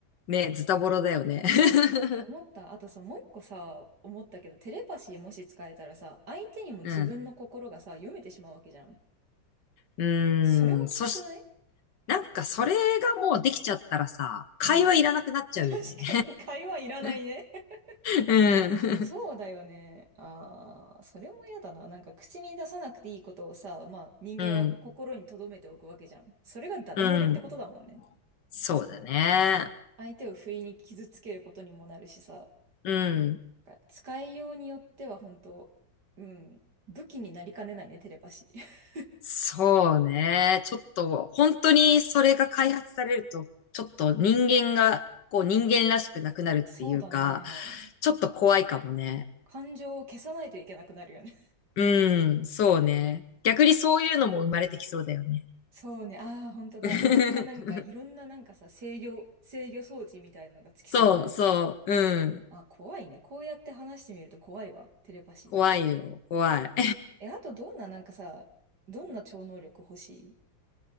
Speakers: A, on the left (about 65°); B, on the right (about 55°).
A: うね、ズタボロだよね。<laughs>
B: 思った。あとさ、もう一個さ、思ったけど、テレパシーもし使えたらさ、相手にも自分の心がさ、
A: うん。
B: 読めてしまうわけじゃん。
A: うーん。
B: それもきつくない
A: そし、なんかそれがもうできちゃったらさ、会話いらなくなっちゃうよね。
B: うん。確かに、会話いらないね。
A: <laughs>
B: <laughs>
A: うん。
B: そうだよね。ああ、それも嫌だな。なんか口に出さなくていいことをさ、まあ人間は心に留めておくわけじゃん。
A: うん。
B: それがダダ漏れってことだもんね。
A: うん。そうだね。
B: 相手を不意に傷つけることにもなるしさ。
A: うん。
B: なんか使いようによっては本当、うん、武器になりかねないね、テレパシー。<laughs>
A: そうね。ちょっと、本当にそれが開発されると、ちょっと人間が、こう人間らしくなくなるっていうか、
B: そうだね。
A: ちょっと怖いかもね。
B: 感情を消さないといけなくなるよね。
A: うん、そうね。逆にそういうのも生まれてきそうだよね。
B: <laughs> そうね。ああ、本当だ。
A: <laughs>
B: いろんななんか、いろんななんかさ、制御、制御装置みたいなのがつきそうだね。
A: そうそう、うん。
B: あ、怖いね。こうやって話してみると怖いわ。テレパシーって。
A: 怖いよ、怖い。
B: え、あとどんななんかさ、どんな超能力欲しい